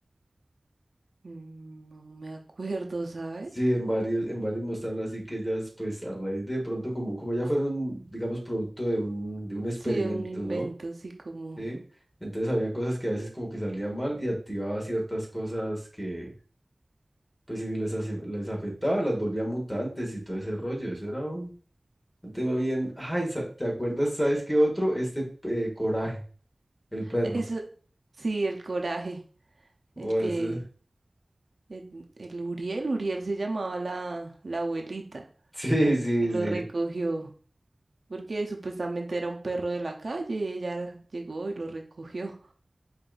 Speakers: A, on the right (about 55°); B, on the left (about 45°).
A: Mm, No me acuerdo, ¿sabes?
B: Sí, en varios, en varios mostraron así que ellas, pues a raíz de pronto, como, como ya fueron, digamos, producto de un, de un experimento,
A: Sí, de un invento
B: ¿no?
A: así como...
B: Sí. Entonces había cosas que a veces como que salían mal y activaba ciertas cosas que, pues si les, hace- les afectaba, las volvía mutantes y todo ese rollo. Eso era un, un tema bien. Ay, sa- ¿te acuerdas, sabes qué otro? Este eh, Coraje. El perro.
A: Eso, sí, el coraje, el
B: Buah,
A: que...
B: ese- <laughs>
A: El, el Uriel, Uriel se llamaba la, la abuelita
B: Sí, sí,
A: que lo
B: sí.
A: recogió, porque supuestamente era un perro de la calle y ella llegó y lo recogió.